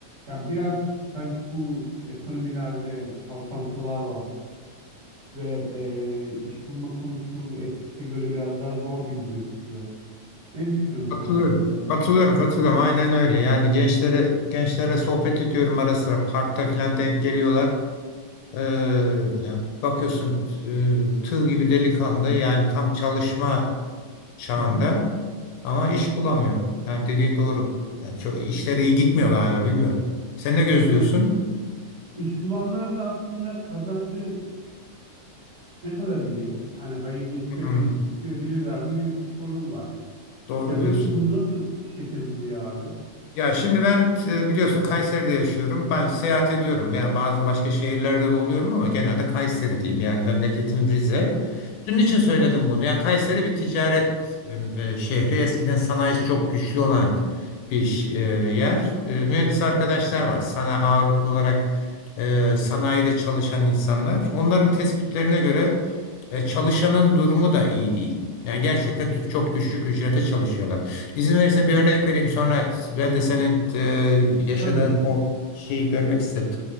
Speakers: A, on the right; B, on the left.
A: Yani biraz sanki bu ekonomilerde çalkantılar var ve e, iş bulma konusu eskisine göre biraz daha zor gibi gözüküyor. Ne düşünüyorsun
B: Katılıyorum.
A: abi bu konuda?
B: Katılıyorum, katılıyorum. Aynen öyle. Yani gençlere gençlerle sohbet ediyorum ara sıra parkta falan denk geliyorlar. Ee, yani bakıyorsun e, tığ gibi delikanlı yani tam çalışma çağında
A: Hı hı.
B: ama iş bulamıyor. Yani dediğin doğru. Yani çok işleri iyi gitmiyor galiba bilmiyorum. Sen ne gözlüyorsun?
A: Yani iş bulanlar da aslında kazancı ne kadar iyi? Yani ayı getirebilir,
B: Hı,
A: geçirebilirler mi gibi bir sorun var.
B: doğru
A: Çevrende
B: diyorsun.
A: bu nasıl şekil buluyor abi?
B: Ya şimdi ben e, biliyorsun Kayseri'de yaşıyorum. Ben seyahat ediyorum. Yani bazen başka şehirlerde de oluyorum ama genelde Kayseri diyeyim. Yani memleketim Rize.
A: Evet.
B: Bunun için söyledim bunu. Yani Kayseri bir ticaret e, e, şehri. Eskiden sanayisi çok güçlü olan bir ş- e, yer. E, mühendis arkadaşlar var. Sana ağırlıklı olarak e, sanayide çalışan insanlar. Onların tespitlerine göre e, çalışanın durumu da iyi değil. Yani gerçekten dü- çok düşük ücrete çalışıyorlar. İzin verirsen bir örnek vereyim sonra ben de senin e, yaşadığın
A: Tabii.
B: o şeyi görmek istedim.